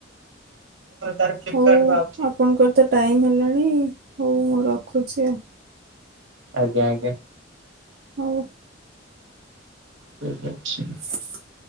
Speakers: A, on the right; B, on the right.
A: ତାର
B: ହଉ
A: ରୁ ଆଉଛି।
B: ଆପଣଙ୍କର ତ ଟାଇମ୍ ହେଲାଣି ହଉ ମୁଁ ରଖୁଛି ଆଉ।
A: ଆଜ୍ଞା ଆଜ୍ଞା।
B: ହଉ।
A: କଣ କରୁଚ?
B: <inaudible>